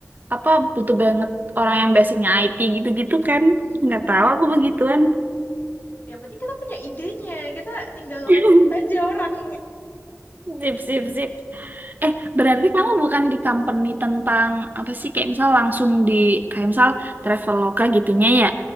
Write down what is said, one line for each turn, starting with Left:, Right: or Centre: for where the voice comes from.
Right: apa butuh banget orang yang basicnya IT gitu-gitu kan
Left: Hmm.
Right: nggak tahu aku begituan
Left: Yang penting kita punya idenya, kita tinggal
Right: <laughs>
Left: rekrut aja orang.
Right: Sip, sip, sip. Eh, berarti kamu bukan di company tentang apa sih? Kayak misal langsung di kayak misal Traveloka gitunya ya?